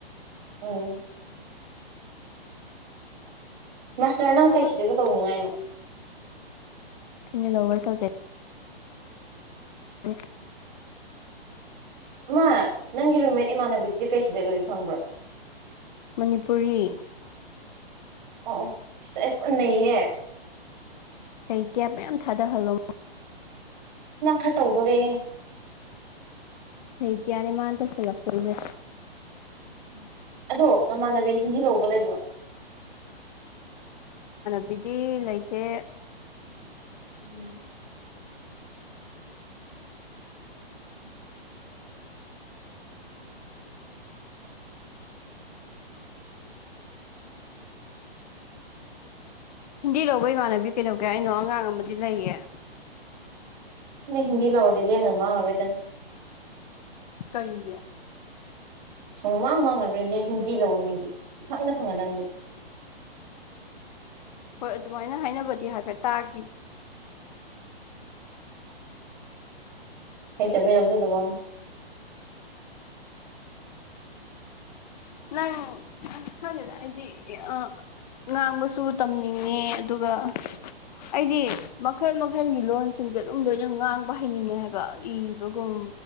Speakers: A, on the right (about 45°); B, on the left (about 45°).
A: ꯎꯝ ꯃꯁꯇꯔ
B: ꯑꯩꯅ
A: ꯅꯪꯈꯩꯁꯤꯗꯤ ꯀꯗꯧ ꯅꯨꯡꯉꯥꯏꯅꯣ
B: ꯂꯧꯔꯁ ꯆ ꯍ
A: ꯃꯥꯃ ꯅꯪꯒꯤ ꯔꯨꯝꯃꯦꯠ ꯏꯃꯥꯟꯅꯕꯤꯗꯨꯗꯤ ꯀꯩꯁꯨ ꯔꯦꯠ ꯂꯣꯏꯒꯦ ꯐꯪꯕ꯭ꯔꯥ
B: ꯃꯅꯤꯄꯨꯔꯤ
A: ꯑꯣ ꯁꯤꯦ ꯅꯍ
B: ꯁꯩꯇ꯭ꯌꯥ ꯃꯌꯥꯝ ꯊꯥꯗꯍꯜꯂꯣ
A: ꯁꯅꯥ ꯈ ꯇꯧꯗꯧ ꯔꯦꯍꯦ
B: ꯁꯩꯇꯌꯥꯅꯤ ꯃꯥꯅꯇ꯭ꯔꯁ ꯂꯥꯛꯀꯁ
A: ꯎꯝ ꯑꯗꯣ ꯅꯃꯥꯟꯅꯕꯤ ꯍꯤꯟꯗꯤ ꯂꯧꯕ ꯂꯩꯕ꯭ꯔꯣ
B: ꯑꯗꯨꯗꯤ ꯂꯩꯇꯦ
A: ꯎꯝ <unintelligible>
B: ꯍꯤꯟꯗꯤ ꯂꯧꯕ ꯏꯃꯥꯟꯅꯕꯤ ꯀꯩꯗꯧꯒꯦ ꯍꯥꯏꯩꯅꯣ ꯑꯉꯥꯡ ꯑꯃꯗꯤ ꯂꯩꯌꯦ
A: ꯍꯤꯟꯗꯤ ꯂꯧꯔ ꯂꯅꯃ ꯑꯣꯏꯔꯗꯅꯤ
B: ꯀꯔꯤꯒꯤ
A: ꯁꯨꯡꯃꯥꯡ ꯃꯥꯡꯉꯔꯣꯏꯅꯦ ꯍꯤꯟꯗꯤ ꯂꯧꯕ ꯃꯤꯗꯤ ꯏꯊꯛꯅ ꯐꯗꯅꯦ
B: ꯍꯣꯏ ꯑꯗꯨꯃꯥꯏꯅ ꯍꯥꯏꯅꯕꯗꯤ ꯍꯥꯏꯐꯦꯠ ꯇꯥꯈꯤ
A: ꯑꯩ ꯇꯕꯤ ꯂꯧꯖꯗꯕ
B: ꯅꯪ ꯈꯗ ꯑꯗꯨꯗꯤ ꯑ ꯉꯥꯡꯕꯁꯨ ꯇꯝꯅꯤꯡꯉꯦ ꯑꯗꯨꯒ ꯑꯩꯗꯤ ꯃꯈꯜ ꯃꯈꯜꯒꯤ ꯂꯣꯟꯁꯤꯡꯁꯦ ꯑꯗꯨꯝ ꯂꯣꯏꯅ ꯉꯥꯡꯕ ꯍꯩꯅꯤꯡꯉꯦ ꯍꯥꯏꯕ ꯏꯕꯒꯨꯝ